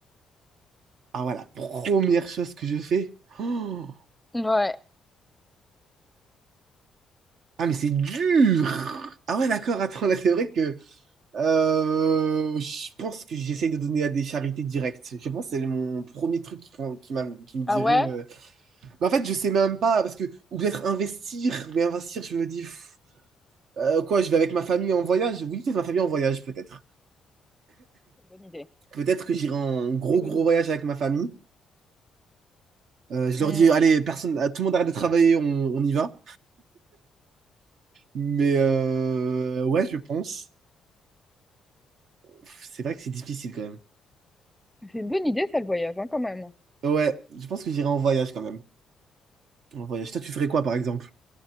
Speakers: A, on the right (about 70°); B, in the centre.
A: Ah ouais, la première chose que je fais. Oh
B: Ouais.
A: ah mais c'est dur. Ah ouais, d'accord, attends, là c'est vrai que euh, je pense que j'essaye de donner à des charités directes. Je pense que c'est mon premier truc qui, prend- qui, m'a- qui me dirait...
B: Ah ouais?
A: euh, Mais en fait, je sais même pas, parce que... Ou peut-être investir, mais investir, je me dis... pff, euh, quoi, je vais avec ma famille en voyage? Oui, peut-être ma famille en voyage, peut-être.
B: C'est une bonne idée.
A: Peut-être que j'irai en gros,
B: Très bonne
A: gros
B: idée.
A: voyage avec ma famille. Euh, je
B: Hmm,
A: leur dis, allez, personne, tout le monde arrête de travailler, on, on y va. Mais euh, ouais, je pense. Pff, C'est vrai que c'est difficile quand même.
B: C'est une bonne idée, ça, le voyage, hein, quand même.
A: Ouais, je pense que j'irai en voyage quand même. En voyage. Toi, tu ferais quoi par exemple?